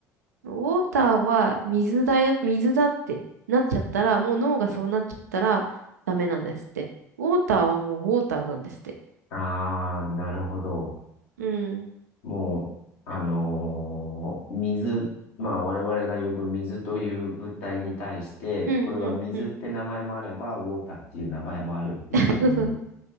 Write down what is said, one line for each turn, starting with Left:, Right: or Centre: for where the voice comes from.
Right: ウォーターは水だよ、水だってなっちゃったら、もう脳がそうなっちゃったらダメなんですって。ウォーターはもうウォーターなんですって。
Left: ああ、なるほど。
Right: うん。
Left: もう、あのー水、まあ我々が呼ぶ水という物体に対して、
Right: うん、
Left: これは水って名前もあれば、
Right: うん、うん。
Left: ウォーターっていう名前もあるっていうふうに、
Right: <laughs> そうそう。